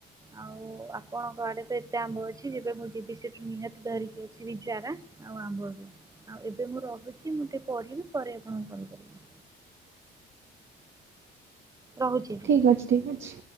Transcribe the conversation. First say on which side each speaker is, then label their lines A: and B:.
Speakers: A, on the right; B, on the right.
A: ଆଉ ଆପଣଙ୍କ ଆଡ଼େ ତ ଏତେ ଆମ୍ବ ଅଛି ଯେବେ ମୁଁ ଯିବି ସେଠୁ ନିହାତି ଧରିକି ଯିବି ଚାର, ଆଉ ଆମ୍ବ ବି ଆଉ ଏବେ ମୁଁ ରହୁଛି ମୁଁ ଟିକେ ପଢ଼ିବି, ପରେ ଆପଣକୁ କଲ୍ କରିବି ରହୁଛି, ଏବେ
B: ଠିକ୍ ଅଛି ଠିକ୍ ଅଛି,